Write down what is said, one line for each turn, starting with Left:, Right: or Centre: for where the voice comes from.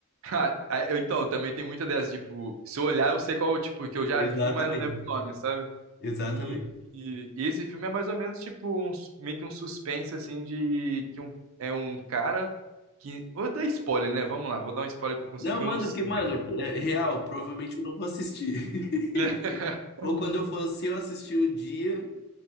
Right: Ah, ah, eu- Então, também tem muita dessas, tipo, se eu olhar, eu sei qual, tipo, que eu já
Left: Exatamente,
Right: vi, mas não lembro o nome, sabe?
Left: exatamente.
Right: E, e esse filme é mais ou menos tipo um, s- meio que um suspense assim de que um, é um cara que vou dar spoiler, né? Vamos lá, vou dar um spoiler pra eu conseguir
Left: Não,
Right: que
Left: mano,
Right: eu não sei.
Left: porque, mano, é real, provavelmente eu não vou assistir.
Right: <laughs>
Left: <laughs> Ou
Right: Uhum.
Left: quando eu for, se eu assistir um dia,